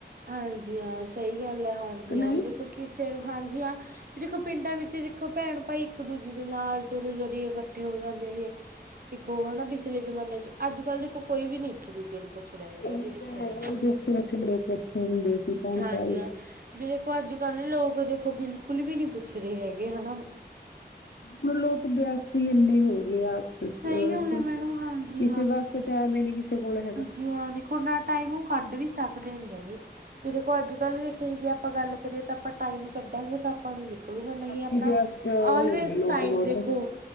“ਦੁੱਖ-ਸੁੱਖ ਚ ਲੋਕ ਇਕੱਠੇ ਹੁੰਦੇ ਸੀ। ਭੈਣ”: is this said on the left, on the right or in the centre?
Left